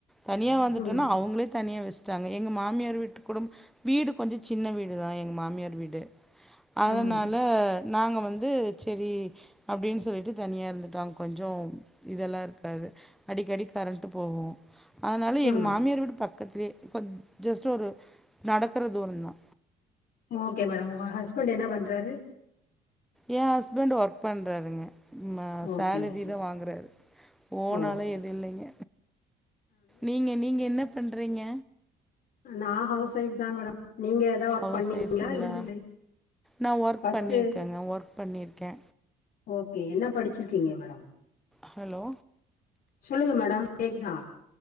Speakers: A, in the centre; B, on the left.
A: தனிய வந்துட்டோம்னா
B: ம்
A: அவங்களே தனியா வச்சிட்டாங்க எங்க மாமியார் வீட்டு கூடும் வீடு கொஞ்ச சின்ன வீடு தா எங்க மாமியார் வீடு அதனால
B: ம்
A: நாங்க செரி அப்டின்னு சொல்லிட்டு தனியா இருந் தா கொஞ்சோ இதெல்லா இருக்காது அடிக்கடி கரென்டு போவோ அனால
B: ம்
A: எங்க மாமியார விட பக்கத்திலே கொஞ் ஜஸ்ட் ஒரு நடக்ற தூரதா
B: ஓகே மேடம் உங்க ஹஸ்பெண்ட் பண்றாரு
A: ஏ ஹஸ்பண்ட் ஒர்க் பண்றாருங்க ம
B: ஓகே
A: சோலரி
B: ஓகே
A: தா வாங்குறாரு ஒனாலே
B: ஓகே
A: எது இல்லங்க நீங்க நீங்க என்ன பண்றங்க
B: நா ஹவுஸ் வைஃப் தா மேடம் நீங்க ஏதா ஒர்க்
A: ஹவுஸ்
B: பண்ணீங்களா
A: ஒய்ஃப்ங்ளா
B: இல்ல இல்ல
A: நா ஒர்க்
B: ஃபர்ஸ்ட்
A: பண்ணிகேங்க ஒர்க் பண்ணிக்க
B: ஓகே என்ன படிச்சிருக்கீங்க மேடம்
A: ஹலோ
B: சொல்லுங்க மேடம் கேக்குதா